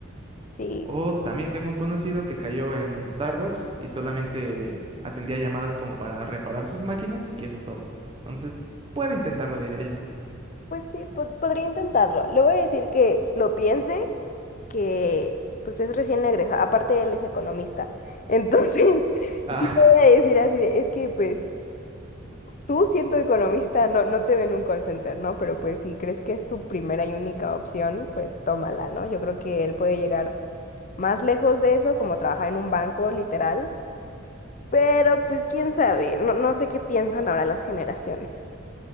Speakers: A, on the left; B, on the right.
A: sí,
B: O también tengo un conocido que cayó en Starbucks y solamente atendía llamadas como para reparar sus máquinas y eso es todo. Entonces, puede intentarlo, diría yo.
A: pues sí, po- podría intentarlo. Le voy a decir que lo piense, que pues es recién egresado, aparte él es economista. Entonces, <laughs>
B: Ah,
A: sí le voy a decir así de, es que pues tú siendo economista no, no te ven un call center, ¿no? Pero pues si crees que es tu primera y única opción, pues tómala, ¿no? Yo creo que él puede llegar más lejos de eso, como trabajar en un banco, literal. Pero pues quién sabe, no, no sé qué piensan ahora las generaciones.